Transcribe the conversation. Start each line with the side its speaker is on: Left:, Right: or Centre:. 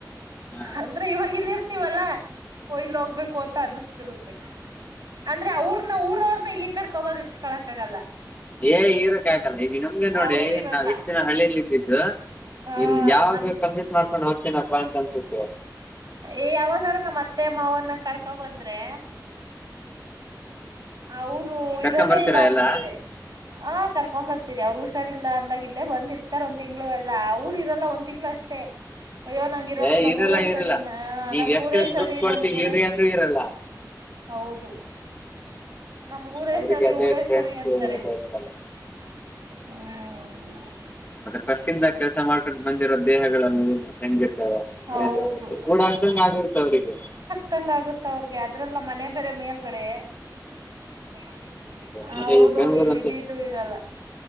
Left: ಹಾ
Right: ಅಂದ್ರೆ ಇವಾಗಿಲ್ಲರ್ ತಿವಲ್ಲಾ ಓ ಇಲ್ಲ್ ಹೋಗ್ಬೇಕು ಅಂತ ಅನ್ನಸತಿರುತ್ತೆ ಅಂದ್ರೆ ಅವ್ರನ ಊರ ಅವ್ರರು ಇಲ್ಲಿಗ್ ಕರ್ಕೊಬಂದ್ ಇರ್ಸ್ಕೊಳಕ್ಕಾಗಲ್ಲ
Left: ಏ ಇರಕ್ಕೆ ಆಗಲ್ಲ ಈಗ ನಮ್ಗೆ ನೋಡಿ
Right: ಅವ್ರ ಇರಲ್ಲ
Left: ನಾವ್ ಇಷ್ಟ ದಿನ ಹಳ್ಳಿಯಲಿ ಇದ್ದಿದ್ದು
Right: ಆ
Left: ಇನ್ನ ಯಾವಗ
Right: ನಮ್
Left: ಬೇಗ್ ಕಂಪ್ಲೀಟ್ ಮಾಡ್ಕೊಂಡು ಹೂಗತಿನಪ್ಪಾ ಅಂತ ಅನ್ಸುತ್ತೆ
Right: ಏ ಯಾವಾಗಾರ ನಮತ್ತೆ ಮಾವನ್ನ ಕರ್ಕೊಬಂದ್ರೆ ಅವರು
Left: ಕರ್ಕೊಂಡ್
Right: ಇರೋದೇ
Left: ಬರ್ತೀರಾ
Right: ಇಲ್ಲ ಅಂತಾರೆ
Left: ಎಲ್ಲಾ
Right: ಆ ಕರ್ಕೊಂಬರ್ತೀನಿ ಅವ್ರು ಹುಷಾರಿಲ್ಲ ಅಂದಾಗ ಇಲ್ಲೇ ಬಂದಿರ್ತಾರ ಒಂದ್ ತಿಂಗಳು ಎಲ್ಲ್ ಅವರು ಇರಲ್ಲ ಒಂದ್ ತಿಂಗಳು ಅಷ್ಟೇ ಅಯ್ಯೋ ನಂಗ ಇರಲ್ಲ
Left: ಏ
Right: ನಮ್ ಊರೇ ಸರಿ
Left: ಇರಲ್ಲ
Right: ನ
Left: ನೀವ್
Right: ನಮ್
Left: ಎಷ್ಟು
Right: ಊರೇ ಸರಿ
Left: ದುಡ್ಡು ಕೊಡ್ತೀವಿ
Right: ನಮ್ ಊರ
Left: ಇರ್ರಿ ಅಂದ್ರೂ ಇರಲ್ಲ
Right: ಹೌದು ನಮ್ಗ ಊರೇ
Left: ಅವ್ರಿಗೆ
Right: ಸರಿ
Left: ಅದೇ
Right: ಊರೇ
Left: ಫ್ರೆಂಡ್ಸ್
Right: ಸರಿ ಅಂತಾರೆ
Left: ಎಲ್ಲ ಇರ್ತಲ್ಲ
Right: ಹ್ಮ
Left: ಮತ್ತೆ ಫಸ್ಟ್ ಇಂದ ಕೆಲಸ ಮಾಡ್ಕೊಂಡ ಬಂದಿರೋ ದೇಹಗಳನ್ನು ಹೆಂಗಿತ್ತ
Right: ಹೌದು
Left: ಮನೆಯಲ್ಲಿ ಕೂಡ ಅಗದಂಗ ಆಗಿರುತ್ತೆ ಅವ್ರಗೂ
Right: ತಂಗ ಆಗುತ್ತ ಅವ್ರಿಗೆ ಅದ್ರಲ್ಲ ಮನೆ ಬೇರೆ ಮೇಲ್ಗಡೆ <unintelligible>
Left: ಮತ್ತೆ
Right: ಅವರು
Left: ಈ ಬೆಂಗಳೂರು
Right: ಇದು ಇದು ಇರಲ್ಲ